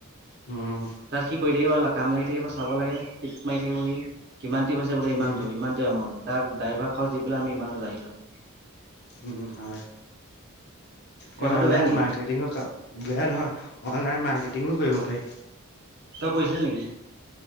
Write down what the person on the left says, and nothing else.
উম
উম
উম', হয়।
এই অনলাইন
মাৰ্কেটিঙৰ কাম বেয়া নহয়, অনলাইন মাৰ্কেটিং ও কৰিব পাৰি৷